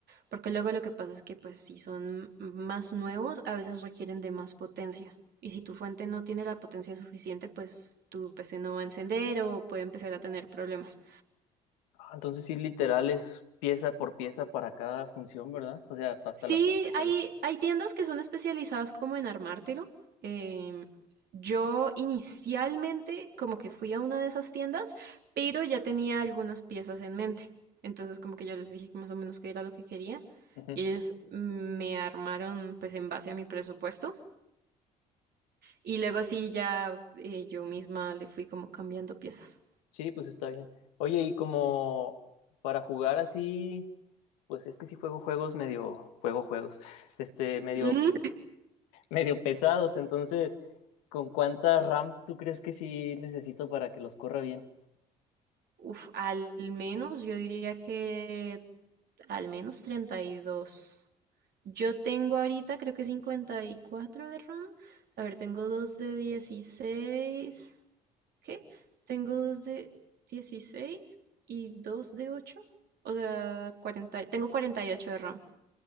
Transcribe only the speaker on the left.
Ah, entonces sí, literal es pieza por pieza para cada función, ¿verdad? O sea, hasta
la parte. por-
Ujú.
Sí, pues está bien. Oye, y como para jugar así, pues es que sí juego juegos medio, juego juegos, este, medio,
<laughs> medio pesados, entonces, ¿con cuánta RAM tú crees que sí necesito para que los corra bien?